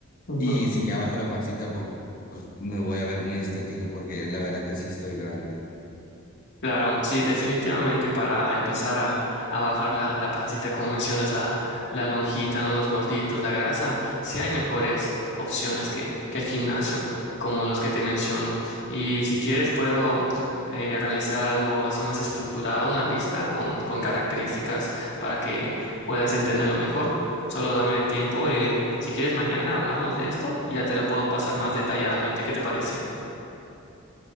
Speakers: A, on the left; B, on the left.
A: ujú.
B: Y si ya bajo la pancita, pu- pues me voy a ver muy estético porque la verdad que sí estoy grande.
A: Claro, sí, definitivamente para empezar a, a bajar la, la pancita, como mencionas, la, la lonjita, ¿no? Los gorditos, la grasa, sí hay mejores opciones que, que el gimnasio, como los que te menciono. Y si quieres, puedo eh, realizar algo así más estructurado, una lista con, con características para que puedas entenderlo mejor. Solo dame tiempo. eh, si quieres, mañana hablamos de esto y ya te la puedo pasar más detalladamente. ¿Qué te parece?